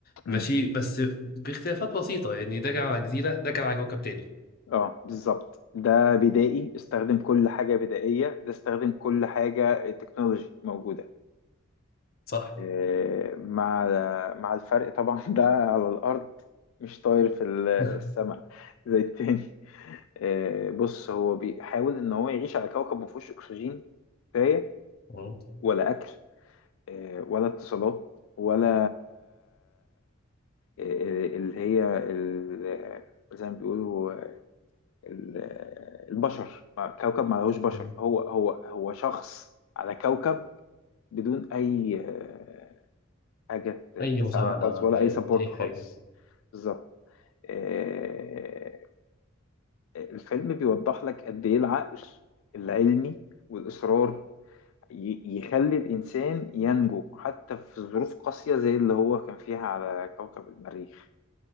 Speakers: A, on the left (about 50°); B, on the left (about 80°).
A: ماشي
B: مم.
A: بس باختلافات بسيطة يعني ده كان على جزيرة ده كان على كوكب تاني
B: اه بالظبط ده بدائي استخدم كل حاجة بدائية ده استخدم كل حاجة آه، تكنولوجي موجودة
A: صح
B: إيه، مع مع الفرق طبعا <laughs> ده على الأرض مش طاير في السماء
A: <laughs>
B: زي التاني إيه، بص هو بيحاول إن هو يعيش على كوكب مفهوش أكسجين كفاية
A: مم.
B: ولا أكل إيه، ولا اتصالات ولا إيه، اللي هي ال- زي ما بيقولوا ال- البشر كوكب ما لهوش بشر
A: مم.
B: هو هو هو شخص على كوكب بدون أي آه، حاجة ت-
A: أي
B: تساعده
A: مساعدة
B: خالص ولا
A: ب-
B: أي سبورت
A: أي
B: خالص
A: حاجة
B: بالظبط آه، الفيلم بيوضح لك قد إيه العقل العلمي والإصرار ي- يخلي الإنسان ينجو حتى في ظروف قاسية زي اللي هو كان فيها على كوكب المريخ